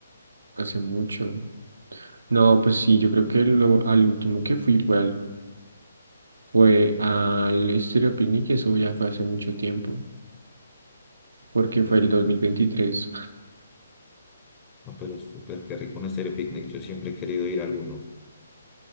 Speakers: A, on the right; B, on the left.
A: Hace mucho. No, pues sí, yo creo que lo, al último que fui fue al, fue al Estéreo Picnic, y eso ya fue hace mucho tiempo, porque
B: pero
A: fue el
B: son
A: 2023.
B: ri- No, pero súper qué rico un estéreo picnic. Yo siempre he querido ir a alguno,